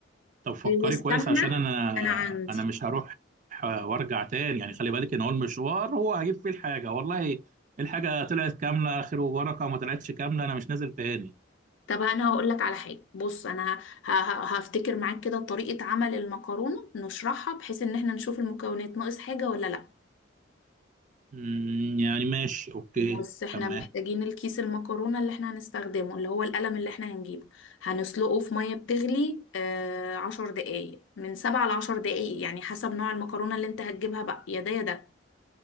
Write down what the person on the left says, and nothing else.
والسمنة
انا عندي
طب انا هقول لك على حاجة بص انا ه- ه- هفتكر معاك كده طريقة عمل المكرونة نشرحها بحيث ان احنا نشوف المكونات ناقص حاجة ولا لا
بص احنا
محتاجين الكيس المكرونة اللي احنا هنستخدمه اللي هو القلم اللي احنا هنجيبه هنسلقه في مية بتغلي آه عشر دقايق من سبعة لعشر دقايق يعني حسب نوع المكرونة اللي انت هتجيبها بقى يا ده يا ده